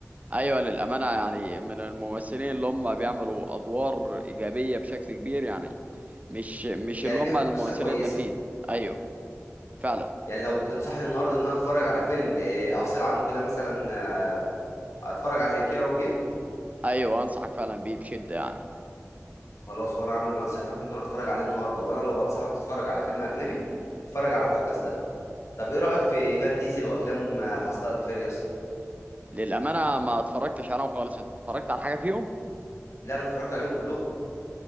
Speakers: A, on the right; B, on the left.
A: ايوه للامانه يعني من الممثلين اللي هم بيعملوا ادوار ايجابيه بشكل كبير يعني مش مش
B: يعني
A: اللي
B: بيحكوا
A: هم الممثلين
B: قصه كويسه
A: التافهين ايوه فعلا
B: يعني لو بتنصحني النهارده ان انا اتفرج على فيلم آه، افصل عنه كده مثلا آه، اتفرج على كيرة والجن
A: ايوه انصحك فعلا بيه بشده يعني
B: خلاص وانا عامل بنصيحتك ممكن اتفرج عليه النهارده وانا لو بنصحك تتفرج على فيلم اجنبي اتفرج على فوكس ده طب ايه رايك في فان ديزل وافلام فاست اند فيريوس
A: للامانه ما اتفرجتش عليهم خالص انت اتفرجت على حاجه فيهم
B: لا انا اتفرجت عليهم كلهم